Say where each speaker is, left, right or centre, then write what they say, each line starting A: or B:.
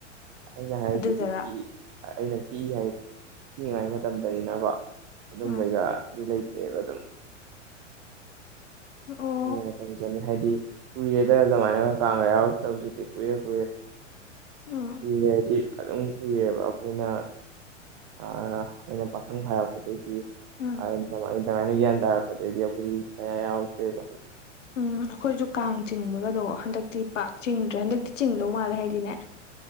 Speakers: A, on the right; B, on the left.
A: ꯑ ꯑꯩꯅ ꯍꯥꯏꯔꯤꯁꯤꯗꯤ
B: ꯑꯗꯨꯗꯔ
A: ꯄꯤꯛꯢ ꯑꯩꯅ ꯄꯤꯛꯉꯥꯏ ꯄꯤꯛꯉꯥꯏ ꯃꯇꯝꯗꯅꯤꯅꯀꯣ ꯑꯗꯨꯝꯕꯩꯒꯗꯤ
B: ꯎꯝ
A: ꯂꯩꯇ꯭ꯔꯦꯕ ꯑꯗꯨꯝ
B: ꯑꯣ
A: ꯉꯥꯏꯇꯝ ꯆꯠꯅꯤ ꯍꯥꯏꯗꯤ ꯀꯨꯏꯔꯦꯗ ꯑꯗꯨꯃꯥꯏꯅꯒ ꯀꯥꯡꯒ ꯌꯥꯎꯔꯛꯇꯕꯁꯤꯗꯤ ꯀꯨꯏꯔꯦ ꯀꯨꯏꯔꯦ
B: ꯎꯝ
A: ꯀꯨꯏꯔꯦ ꯍꯥꯏꯗꯤ ꯑꯗꯨꯝ ꯀꯨꯏꯌꯦꯕ ꯑꯩꯈꯣꯏꯅ ꯑꯩꯈꯣꯏꯅ ꯄꯥꯈꯪ ꯐꯥꯔꯛꯄꯗꯩꯗꯤ
B: ꯎꯝ
A: ꯑꯗꯨꯃꯥꯏꯅ ꯒ꯭ꯌꯥꯟ ꯇꯥꯔꯛꯄꯗꯩꯗꯤ ꯑꯩꯈꯣꯏꯗꯤ ꯀꯌꯥ ꯌꯥꯎ <unintelligible>
B: ꯎꯝ ꯑꯩꯈꯣꯏꯁꯨ ꯀꯥꯡ ꯆꯤꯡꯕꯒꯗꯣ ꯍꯟꯗꯛꯇꯤ ꯄꯥꯛ ꯆꯤꯡꯗ꯭ꯔꯦ ꯍꯟꯗꯛꯇꯤ ꯆꯤꯡꯗꯧ ꯃꯥꯜꯂꯦ ꯍꯥꯏꯗꯤꯅꯦ